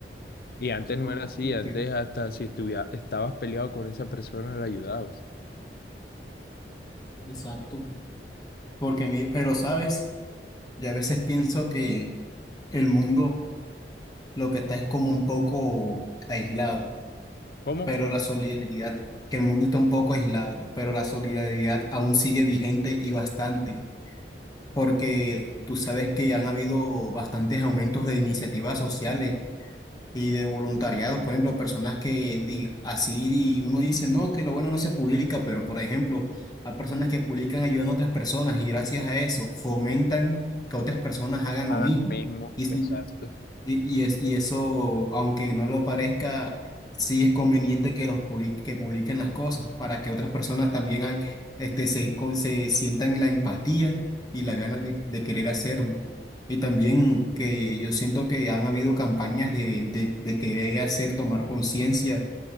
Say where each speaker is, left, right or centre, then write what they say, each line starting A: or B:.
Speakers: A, on the left (about 55°); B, on the left (about 20°).
A: Y antes
B: no,
A: no era así,
B: no
A: antes
B: estoy-
A: hasta si estuviera, estabas peleado con esa persona la ayudabas.
B: exacto. Porque mi- pero sabes, ya a veces pienso que el mundo lo que está es como un poco aislado,
A: ¿Cómo?
B: pero la solidaridad, que el mundo está un poco aislado, pero la solidaridad aún sigue vigente y bastante, porque tú sabes que han habido bastantes aumentos de iniciativas sociales y de voluntariados, por ejemplo, personas que di- así y uno dice, no, que lo bueno no se publica, pero por ejemplo, hay personas que publican ayudando a otras personas y gracias a eso fomentan que otras personas hagan
A: Hagan
B: lo mismo.
A: lo mismo,
B: y si
A: exacto.
B: y, y, es, y eso, aunque no lo parezca, sí es conveniente que, los publi- que publiquen las cosas para que otras personas también ha- este, se, con- se sientan la empatía y las ganas de, de querer hacerlo. Y también que yo siento que han habido campañas de, de, de querer hacer tomar conciencia